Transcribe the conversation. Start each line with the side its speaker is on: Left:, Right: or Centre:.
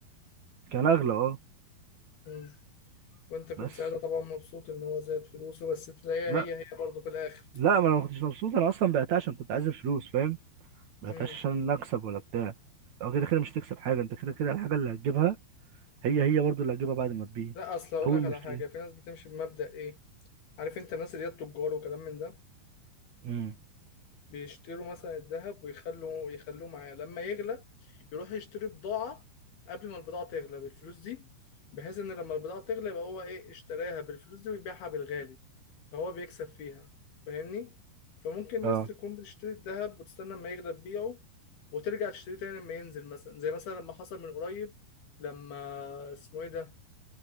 Right: كان اغلى اه
Left: مم. وانت كنت
Right: بس
Left: ساعتها طبعا مبسوط ان هو زاد فلوسه بس تلاقيها
Right: لا
Left: هي هي برضه في الآخر
Right: لا ما انا ما كنتش مبسوط انا اصلا بعتها عشان كنت عايز الفلوس فاهم ما
Left: مم.
Right: بعتهاش عشان اكسب ولا بتاع او كده كده مش تكسب حاجه انت كده كده الحاجه اللي هتجيبها هي هي برضو اللي هتجيبها بعد ما تبيع
Left: لا اصل اقول
Right: اول
Left: لك
Right: ما
Left: على
Right: اشتريت
Left: حاجة في ناس بتمشي بمبدأ ايه عارف انت الناس اللي هي التجار وكلام من ده
Right: امم
Left: بيشتروا مثلا الذهب ويخلوا يخلوه معاه لما يغلى يروح يشتري بضاعة قبل ما البضاعة تغلى بالفلوس دي بحيث ان لما البضاعة تغلى يبقى هو ايه اشتراها بالفلوس دي ويبيعها بالغالي فهو بيكسب فيها فاهمني فممكن
Right: اه
Left: ناس تكون بتشتري الذهب وتستنى لما يغلى تبيعه وترجع تشتري تاني لما ينزل مثلا زي مثلا لما حصل من قريب لما اسمه ايه ده